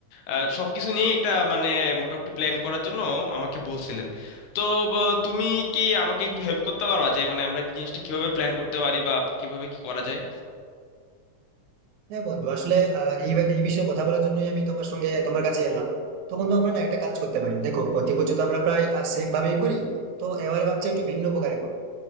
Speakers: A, on the left (about 80°); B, on the right (about 75°).
A: আহ, সবকিছু নিয়ে একটা মানে মোটামুটি প্ল্যান করার জন্য আমাকে বলছিলেন তো বা, তুমি কি আমাকে একটু হেল্প করতে পারবা যে মানে আমরা এই জিনিসটা কিভাবে প্ল্যান করতে পারি বা কিভাবে কি করা যায়
B: হ্যাঁ বন্ধু আসলে আহ, এই এই বিষয়ে কথা বলার জন্যই আমি তোমার সঙ্গে তোমার কাছে এলাম তো বন্ধু আমরা না একটা কাজ করতে পারি দেখো প্রতি বছর তো আমরা প্রায় সেম ভাবেই করি তো এবারে ভাবছি একটু ভিন্ন প্রকারে করবো